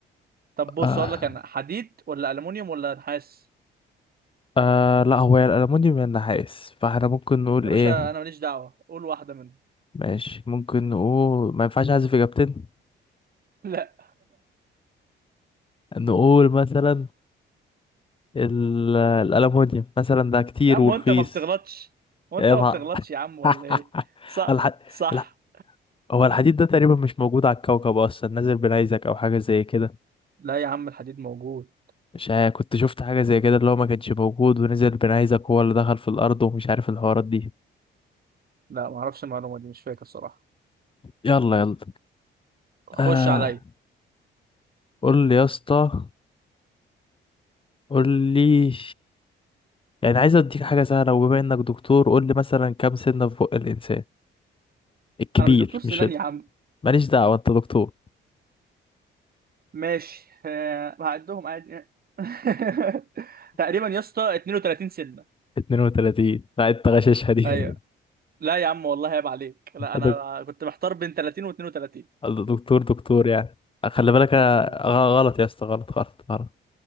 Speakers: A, on the right; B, on the left.
A: طب بص
B: آه.
A: اقول لك انا حديد ولا الومنيوم ولا نحاس
B: آه لا هو يا الألمونيوم يا النحاس فاحنا ممكن نقول
A: يا باشا
B: ايه
A: انا ماليش دعوه قول واحده منهم
B: ماشي ممكن نقول ما ينفعش احذف اجابتين
A: لا
B: نقول مثلا ال- الألمونيوم مثلا ده
A: <laughs>
B: كتير
A: يا عم
B: ورخيص
A: وانت ما بتغلطش وانت
B: يا
A: ما
B: نهار
A: بتغلطش يا عم ولا
B: <laughs>
A: ايه صح
B: الح...
A: صح
B: لا هو الحديد ده تقريبا مش موجود على الكوكب اصلا نزل بنيزك او حاجه زي كده
A: لا يا عم الحديد موجود
B: مش عارف كنت شفت حاجه زي كده اللي هو ما كانش موجود ونزل بنيزك هو اللي دخل في الارض ومش عارف الحوارات دي
A: لا ما اعرفش المعلومه دي مش فاكر صراحه
B: يلا يلا
A: خش
B: آه
A: عليا
B: قول لي يا اسطى قول لي يعني عايز اديك حاجة سهلة وبما انك دكتور قول لي مثلا كام سنة في بق الانسان الكبير
A: انا مش دكتور سنان
B: مش ال...
A: يا عم
B: ماليش دعوة انت دكتور
A: ماشي آه، هعدهم عادي <laughs> تقريبا يا اسطى 32 سنه
B: 32 لا انت غشاشها دي
A: ايوه
B: <laughs>
A: لا يا عم والله عيب عليك لا انا
B: دك-
A: كنت محتار بين 30 و 32
B: دكتور دكتور يعني خلي بالك
A: عيب
B: أنا
A: عليك
B: غ- غلط يا اسطى غلط غلط غلط